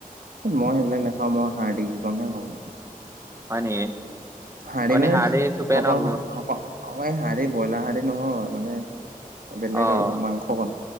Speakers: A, on the right (about 75°); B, on the right (about 20°).
A: মই সেইবিলাক নাখাওঁ, মই হাৰ্ডি কিকনহে খাওঁ।
B: হয় নেকি?
A: হাৰ্ডি
B: আপুনি
A: মানে
B: চুপে
A: অকল
B: ন
A: <unintelligible>
B: বহুত
A: অ' এই হাৰ্ডি ব্ৰইলাৰ হাৰ্ডি নহয়, মানে বেলেগ
B: অ
A: আৰু। মাংস বন